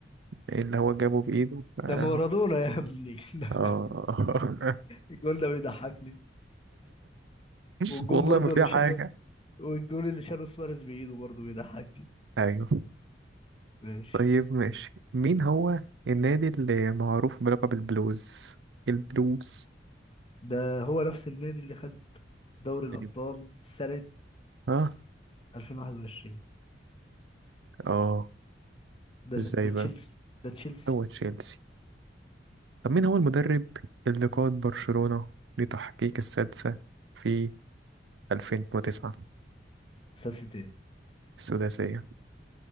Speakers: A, on the right; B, on the left.
A: اللي هو جابه بإيده آه
B: ده مارادونا يا ابني <laughs> ده
A: آه.
B: الجول ده بيضحكني
A: <laughs>
B: والجون
A: والله
B: برضو
A: ما في
B: اللي
A: حاجة
B: شاله والجون اللي شاله سواريز بايده برضو بيضحكني
A: أيوه
B: ماشي
A: طيب ماشي مين هو النادي اللي معروف بلقب البلوز البلوز
B: ده هو نفس النادي اللي خد دوري الأبطال
A: أيوة.
B: سنة
A: اه
B: 2021
A: اه
B: ده
A: ازاي
B: ده
A: بقى
B: تشيلسي ده تشيلسي
A: هو تشيلسي طب مين هو المدرب اللي قاد برشلونة لتحقيق السادسة في 2009
B: ساسيتي
A: السداسية